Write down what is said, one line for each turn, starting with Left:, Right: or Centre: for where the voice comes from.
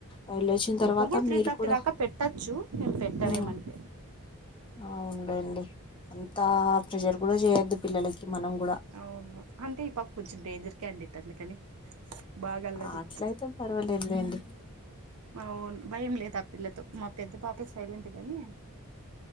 Left: వళ్ళు వచ్చిన తర్వాత
Right: ఇప్పుడు త్రీ
Left: మీరు
Right: థర్టీ
Left: కూడా
Right: దాకా పెట్టచ్చు నేను పెట్టనేమంటే
Left: మ్ అవును లేండి అంతా ప్రెషర్ కూడా చేయొద్దు పిల్లలకి మనం కూడా
Right: అవును అంటే ఈ పాప కొంచెం డేంజర్ క్యాండిట్ అందుకని బాగా అల్లరి
Left: అట్లయితే పర్వాలేదులేండి
Right: అవును భయం లేదు ఆ పిల్లతో మా పెద్ద పాప సైలెంట్ గాని